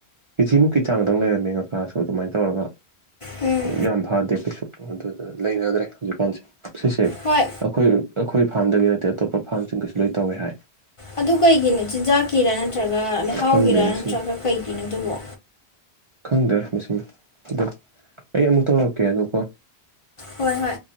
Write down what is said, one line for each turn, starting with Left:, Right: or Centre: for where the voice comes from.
Right: ꯀꯦꯖꯤꯃꯨꯛꯀꯤ ꯆꯥꯡꯗꯪ ꯂꯩꯔꯝꯃꯦ ꯉꯥꯀ꯭ꯔꯥꯁꯨ ꯑꯗꯨꯃꯥꯏꯅ ꯇꯧꯔꯒ
Left: ꯎꯝ
Right: ꯌꯥꯝ ꯐꯗꯦ ꯀꯩꯁꯨ ꯑꯗꯨꯗ ꯂꯩꯅꯗ꯭ꯔꯦ ꯍꯧꯖꯤꯛꯀꯥꯟꯁꯦ ꯁꯤꯁꯦ
Left: ꯍꯣꯏ
Right: ꯑꯩꯈꯣꯏ ꯑꯩꯈꯣꯏ ꯐꯥꯝꯗꯪꯒꯤ ꯅꯠꯇꯦ ꯑꯇꯣꯞꯄ ꯐꯥꯔꯝꯁꯤꯡꯒꯤꯁꯨ ꯂꯣꯏ ꯇꯧꯋꯦ ꯍꯥꯏ꯫
Left: ꯑꯗꯨ ꯀꯩꯒꯤꯅꯣ ꯆꯤꯟꯖꯥꯛꯀꯤꯔ ꯅꯠꯇ꯭ꯔꯒ ꯂꯩꯍꯥꯎꯒꯤꯔ
Right: ꯈꯪꯗꯦ ꯃꯁꯤꯡ
Left: ꯅꯠꯇ꯭ꯔꯒ ꯀꯩꯒꯤꯅꯣ ꯑꯗꯨꯕꯣ꯫
Right: ꯈꯪꯗꯦ ꯃꯁꯤꯡ ꯑꯗꯣ ꯑꯩ ꯑꯃꯨꯛ ꯇꯧꯔꯛꯀꯦ ꯑꯗꯣ ꯀꯣ꯫
Left: ꯍꯣꯏ ꯍꯣꯏ꯫